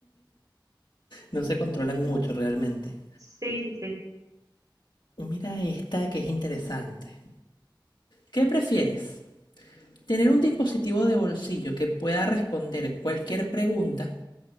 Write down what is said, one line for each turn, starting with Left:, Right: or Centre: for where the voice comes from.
Left: No se controlan mucho realmente.
Right: Sí, sí, sí.
Left: Mira esta que es interesante. ¿Qué prefieres? ¿Tener un dispositivo de bolsillo que pueda responder cualquier pregunta